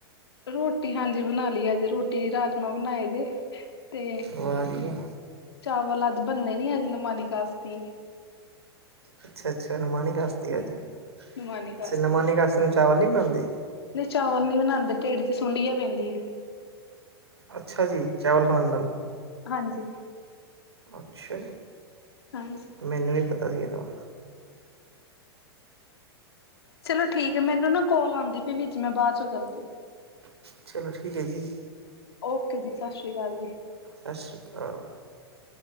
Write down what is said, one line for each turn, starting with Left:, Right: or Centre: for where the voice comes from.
Left: ਰੋਟੀ ਹਾਂਜੀ ਬਣਾ ਲਈਏ ਅੱਜ ਰੋਟੀ ਰਾਜਮਾਂ ਬਣਾਏ ਜੇ। ਤੇ
Right: ਵਾਹ ਜੀ ਵਾਹ
Left: ਚਾਵਲ ਅੱਜ ਬਣਨੇ ਨੀ ਅੱਜ ਨਮਾਨੀ ਕਾਸਤੇ ਹੈ।
Right: ਅੱਛਾ ਅੱਛਾ ਨਮਾਨੀ ਕਾਸਤੀ
Left: ਹਾਂਜੀ।
Right: ਹੈ। ਅੱਜ
Left: ਨਮਾਨੀ ਕਾਸਤੀ
Right: ਅੱਛਾ ਨਮਾਨੀ
Left: ਆ
Right: ਕਾਸਤੀ ਨੂੰ ਚਾਵਲ ਨਹੀਂ ਬਣਾਉਂਦੀ।
Left: ਨਹੀਂ ਚਾਵਲ ਨੀ ਬਣਾਉਂਦੇ ਢਿੱਡ 'ਚ ਸੁੰਡੀਆ ਪੈਂਦੀਆਂ ਹੈ।
Right: ਅੱਛਾ ਜੀ ਚਾਵਲ ਖਾਣ ਨਾਲ।
Left: ਹਾਂਜੀ।
Right: ਅੱਛਾ।
Left: ਹਾਂਜੀ।
Right: ਮੈਨੂੰ ਨਹੀਂ ਪਤਾ ਸੀ ਇਹਦਾ।
Left: ਚਲੋ ਠੀਕ ਹੈ ਮੈਨੂੰ ਨਾ ਕੋਲ ਆਉਂਦੀ ਪਈ ਆਂ ਵਿੱਚ ਮੈਂ ਬਾਅਦ ਚੋਂ ਕਰਦੀ ਹਾਂ।
Right: ਚਲੋ ਠੀਕ ਹੈ ਜੀ।
Left: ਓਕੇ ਜੀ ਸਤਿ ਸ਼੍ਰੀ ਅਕਾਲ ਜੀ।
Right: ਸਤਿ ਸ਼੍ਰੀ ਅਕਾਲ।